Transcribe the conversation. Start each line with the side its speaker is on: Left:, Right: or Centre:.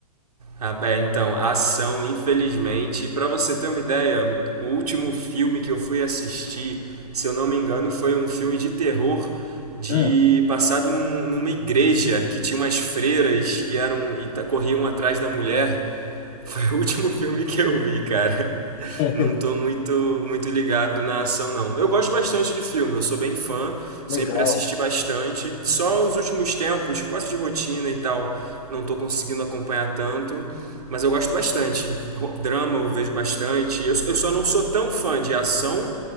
Right: Ah, é, então, a ação, infelizmente. Para você ter uma ideia, o último filme que eu fui assistir, se eu não me engano, foi um filme de terror de
Left: É,
Right: passado num- numa igreja que tinha umas freiras que eram e ta- corriam atrás da mulher. <laughs> Foi o último filme que eu vi, cara
Left: <laughs> é
Right: não tô muito, muito ligado na ação, não. Eu gosto bastante de filme, eu sou bem fã, sempre
Left: legal.
Right: assisti bastante. Só nos últimos tempos, por causa de rotina e tal, não tô conseguindo acompanhar tanto. Mas eu gosto bastante. Ro- Drama eu vejo bastante. Eu, eu só não sou tão fã de ação